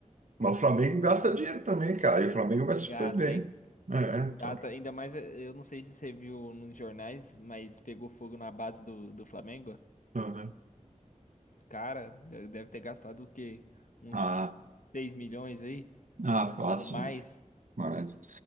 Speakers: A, on the right (about 75°); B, on the left (about 80°).
A: Mas o Flamengo gasta dinheiro também, cara, e o Flamengo vai
B: Gasta,
A: super bem.
B: hein?
A: É, então.
B: Gasta, ainda mais, eh, eu não sei se você viu nos jornais, mas pegou fogo na base do, do Flamengo.
A: tá vendo?
B: Cara, deve ter gastado o quê? Uns
A: Ah,
B: 6 milhões aí?
A: ah, fácil.
B: Ou mais?
A: né? Mas